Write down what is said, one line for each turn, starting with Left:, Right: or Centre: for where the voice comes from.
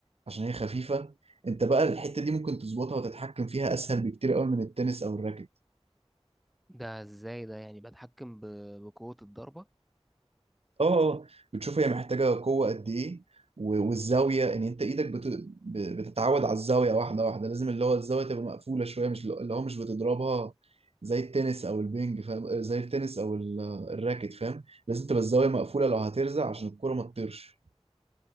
Right: عشان هي خفيفة انت بقى الحتة دي ممكن تظبطها وتتحكم فيها اسهل بكتير قوي من التنس او الراكت
Centre: ده ازاي ده يعني بتحكم ب- بقوة الضربة
Right: اه اه بتشوف هي محتاجة قوة قد ايه و- والزاوية ان انت ايدك بت... ب- بتتعود على الزاوية واحدة واحدة لازم اللي هو الزاوية تبقى مقفولة شوية مش اللي اللي هو مش بتضربها زي التنس او البينج فاهم زي التنس او ال- الراكت فاهم لازم تبقى الزاوية مقفولة لو هترزع عشان الكرة ما تطيرش